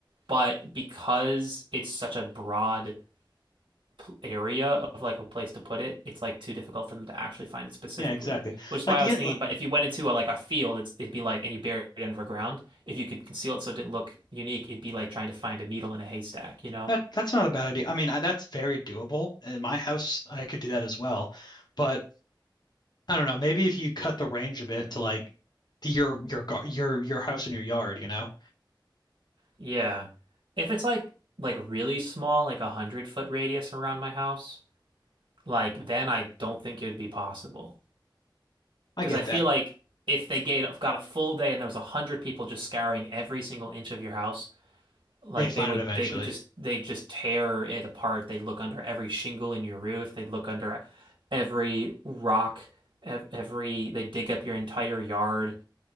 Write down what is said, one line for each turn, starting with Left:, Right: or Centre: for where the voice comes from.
Right: but because it's such a broad pl- area of like a place to put it, it's like too difficult for them to actually find it specifically.
Left: Yeah, exactly.
Right: Which is
Left: Like
Right: why
Left: the
Right: I was
Left: in-
Right: thinking,
Left: like,
Right: but if you went into a, like a field, it's, it'd be like, and you buried it underground. If you could conceal it so it didn't look unique, it'd be like trying to find a needle in a haystack, you know?
Left: that that's not a bad idea. I mean, I, that's very doable. In my house, I could do that as well. But I don't know, maybe if you cut the range a bit to like to your your gar your your house and your yard, you know?
Right: Yeah. If it's like like really small, like a hundred foot radius around my house, like then I don't think it'd be possible.
Left: I
Right: Because
Left: get
Right: I feel
Left: that.
Right: like if they gave, got a full day and there was a hundred people just scouring every single inch of your house. Like
Left: They'd find
Right: they would,
Left: it eventually.
Right: they would just, they just tear it apart. They'd look under every shingle in your roof. They'd look under every rock, ev every, they dig up your entire yard.